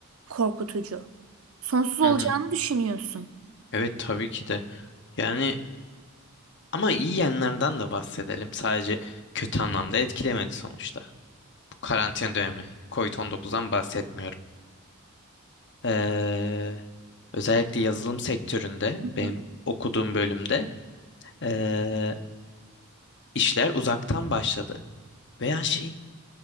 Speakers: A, on the right (about 75°); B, on the left (about 55°).
A: korkutucu. Sonsuz olacağını
B: hı hı.
A: düşünüyorsun.
B: Evet tabii ki de. Yani Ama iyi yanlarından da bahsedelim. Sadece kötü anlamda etkilemedi sonuçta. Bu karantina dönemi. Covid-19'dan bahsetmiyorum. Ee, özellikle yazılım sektöründe
A: Hı hı.
B: benim okuduğum bölümde ee, işler uzaktan başladı. Veya şey